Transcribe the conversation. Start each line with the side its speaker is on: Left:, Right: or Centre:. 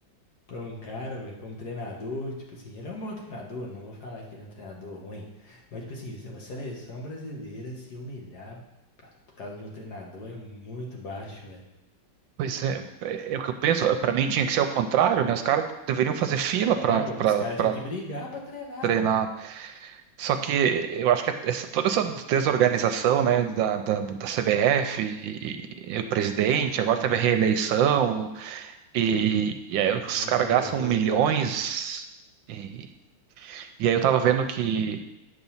Left: pra um cara, velho, pra um treinador, tipo assim, ele é um bom treinador, não vou falar que ele é um treinador ruim, mas, tipo assim, isso é uma seleção brasileira se humilhar pra- por causa de um treinador é muito baixo, velho.
Right: pois é, é, é o que eu penso. Para mim, tinha que ser ao contrário, né? Os caras deveriam fazer fila
Left: É,
Right: para
Left: ué,
Right: para
Left: os caras tinham que brigar pra treinar,
Right: treinar.
Left: filho.
Right: Só que eu acho que é essa, toda essa desorganização, né, da, da, da CBF, e, e o presidente,
Left: Aham.
Right: agora teve a reeleição, e, e aí
Left: Todo
Right: os
Left: mundo
Right: caras
Left: reelegeu
Right: gastam milhões.
Left: o cara.
Right: E, e aí eu tava vendo que.